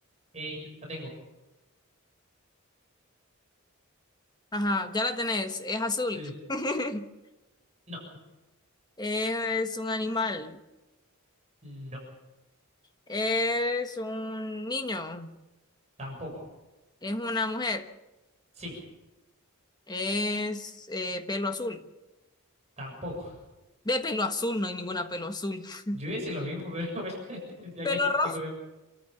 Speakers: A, on the right; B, on the left.
A: Eh, ya, la tengo.
B: Ajá, ya la tenés, es azul.
A: Sí, sí.
B: <laughs>
A: No,
B: Es un animal,
A: no,
B: es un niño,
A: tampoco.
B: es una mujer,
A: Sí,
B: es eh, pelo azul.
A: tampoco.
B: De pelo azul, no hay ninguna pelo azul. <laughs>
A: Yo iba a decir lo mismo, pero <laughs> bueno, ya
B: Pelo
A: que
B: rojo,
A: tengo que...